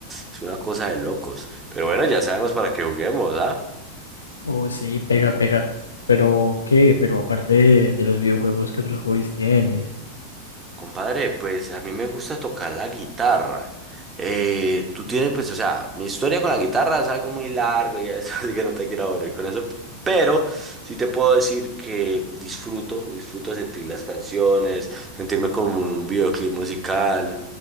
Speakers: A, on the right; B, on the left.
A: Es una cosa de locos. Pero bueno, ya sabemos para qué juguemos, ¿ah?
B: Oh, sí, pega, pega. Pero, ¿qué? Pero aparte de, de los videojuegos, ¿qué otros hobbies tienes?
A: Compadre, pues a mí me gusta tocar la guitarra. Eh, tú tienes, pues, o sea, mi historia con la guitarra es algo muy largo y eso, <laughs> así que no te quiero aburrir con eso. Pero sí te puedo decir que disfruto, disfruto sentir las canciones, sentirme como en un videoclip musical.